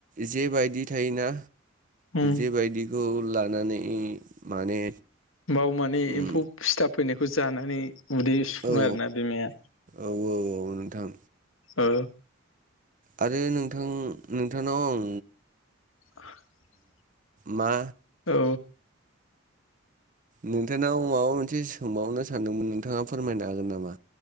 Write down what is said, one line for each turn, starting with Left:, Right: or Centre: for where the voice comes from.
Right: जे बायदि थायोना
Left: उम
Right: जेबायदिखौ लानानै माने
Left: बाव माने
Right: उम
Left: एम्फौ सिथाब फैनायखौ जानानै उदै सुुफुङो
Right: औ
Left: आरोना बिमाया
Right: औ औ औ नोंथां
Left: ओ
Right: आरो नोंथां नोंथांनाव आं
Left: <inaudible>
Right: मा
Left: औ
Right: नोंथांनाव माबा मोनसे सोंबावनो सानदोंमोन नोंथाङा फोरमायनो हागोन नामा